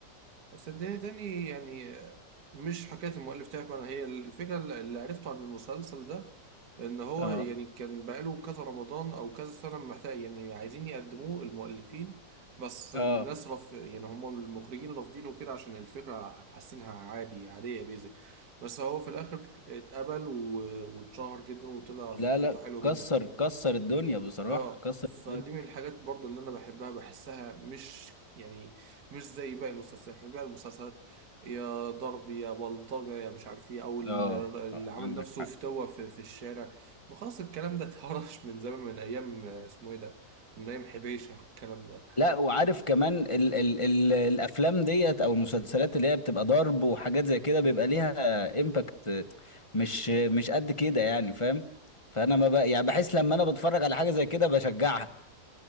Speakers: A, on the right; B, on the left.
A: صدقني تاني يعني آه، مش حكايه المؤلف تعب انا هي الفكره اللي عرفته عن المسلسل ده ان هو
B: اه
A: يعني كان بقاله كذا رمضان او كذا سنه محتاج يعني عايزين يقدموه المؤلفين بس
B: اه
A: الناس رف يعني هم المخرجين رافضينه كده عشان الفكره حاسينها عادي عاديه بيزك بس هو في الاخر اتقبل و- واتشهر جدا وطلع
B: لا
A: فكرته
B: لا
A: حلوه جدا
B: كسر كسر الدنيا بصراحة
A: اه
B: كسر
A: فدي
B: الدنيا
A: من الحاجات برضو اللي انا بحبها بحسها مش يعني مش زي باقي المسلسلات لأن باقي المسلسلات يا ضرب يا بلطجة يا مش عارف ايه او ال-
B: اه
A: اللي
B: آه،
A: عامل
B: عندك
A: نفسه
B: حق
A: فتوة في, في الشارع ما خلاص الكلام ده اتهرش من زمان من ايام آه، اسمه ايه ده من ايام حبيشة الكلام ده
B: لا وعارف كمان ال ال ال الافلام ديت او المسلسلات اللي هي بتبقى ضرب وحاجات زي كده بيبقى ليها امباكت مش مش قد كده يعني فاهم فانا ما بقى يعني بحس لما انا بتفرج على حاجة زي كده بشجعها